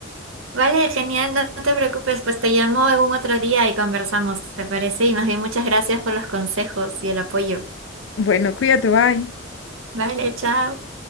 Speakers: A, on the right; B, on the left.
A: Vale, genial, no no te preocupes, pues te llamo algún otro día y conversamos, ¿te parece? Y más bien muchas gracias por los consejos y el apoyo.
B: Bueno, cuídate, bye.
A: Vale, chao.